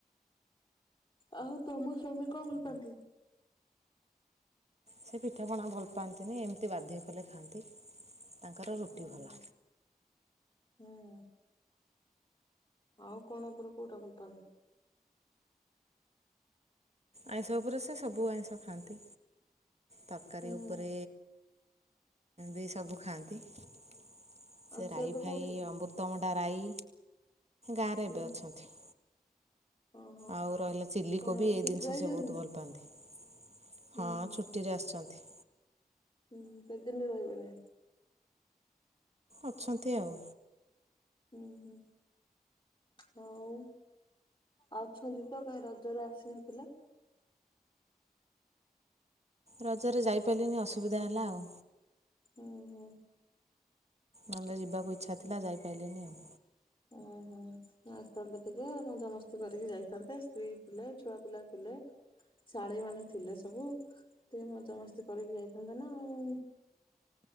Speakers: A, on the left; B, on the right.
A: ଆଉ ତମ ସ୍ଵାମୀ କଣ ଭଲ ପାନ୍ତି?
B: ସେ ପିଠାପଣା ଭଲ ପାଆନ୍ତିନି ଏମିତି ବାଧ୍ୟ କଲେ ଖାଆନ୍ତି। ତାଙ୍କର ରୁଟି
A: ହୁଁ
B: ଭଲ।
A: ହୁଁ ହୁଁ ଆଉ କଣ ଉପରେ କୋଉଟା ଭଲ ପାନ୍ତି
B: ଆଇଁଷ ଉପରେ ସେ ସବୁ ଆଇଁଷ ଖାଆନ୍ତି। ତରକାରୀ
A: ହୁଁ
B: ଉପରେ ଭି ସବୁ ଖାଆନ୍ତି। ସେ
A: ଆଉ ସେ
B: ରାଇଫାଇ
A: ଏବେ କୋଉଠି?
B: ଅମୃତଭ ରାଇ। ଗାଁରେ
A: ହୁଁ
B: ଏବେ ଅଛନ୍ତି।
A: ଓହୋ
B: ଆଉ ରହିଲା ଚିଲିକୋବି
A: କଣ
B: ଏଇ
A: ଛୁଟିରେ
B: ଜିନିଷ
A: ଆଇଛନ୍ତି?
B: ସେ ବହୁତ ଭଲ ପାଆନ୍ତି।
A: ହୁଁ
B: ହଁ
A: ହୁଁ
B: ଛୁଟିରେ ଆସିଛନ୍ତି।
A: ହୁଁ କେତେଦିନ୍ ରହିବେନି।
B: ଅଛନ୍ତି ଆଉ।
A: ହୁଁ ହୁଁ ହଉ ଅଛନ୍ତି ତ କାଇଁ ରଜରେ ଆସିନଥିଲ?
B: ରଜରେ ଯାଇପାରିଲିନି ଅସୁବିଧା ହେଲା ଆଉ।
A: ଓ ହୋ।
B: ନହେଲେ ଯିବାକୁ ଇଚ୍ଛାଥିଲା ଯାଇ ଲିନି ଆଉ।
A: ଓହୋ ଆଇଥାନ୍ତେ ଟିକେ ମଜାମସ୍ତି କରିକି ଯାଇଥାନ୍ତେ। ସ୍ତ୍ରୀ ଥିଲେ ଛୁଆ ପିଲା ଥିଲେ ଶାଳୀମାନେ ଥିଲେ ସବୁ। ଟିକେ ମଜାମସ୍ତି କରିକି ଯାଇଥାନ୍ତେ ନା ଆଉ।